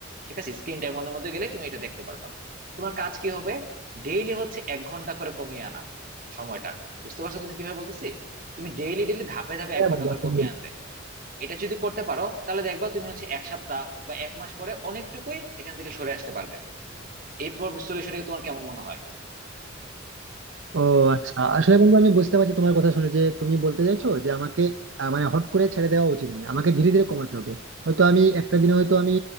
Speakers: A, on the right; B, on the right.
A: ঠিক আছে স্ক্রিন টাইম এর মধ্যে গেলে তুমি এটা দেখতে পারবা তোমার কাজ কি হবে ডেইলি হচ্ছে এক ঘন্টা করে কমিয়ে আনা সময়টা বুঝতে পারছো তুমি কিভাবে বলতেছি তুমি ডেইলি ডেইলি ধাপে ধাপে
B: জীবনে
A: এক ঘন্টা করে কমিয়ে আনবে এটা যদি করতে পারো তাহলে দেখবা তুমি হচ্ছে এক সপ্তাহ বা এক মাস পরে অনেকটুকুই এখান থেকে সরে আসতে পারবে এই সলিউশনটা তোমার কেমন মনে হয়
B: ও আচ্ছা আসলে বন্ধু আমি বুঝতে পারছি তোমার কথা শুনে যে তুমি বলতে চাইছো যে আমাকে আহ, মানে হট করে ছেড়ে দেওয়া উচিত নয় আমাকে ধীরে ধীরে কমাতে হবে হয়তো আমি একটা দিনে হয়তো আমি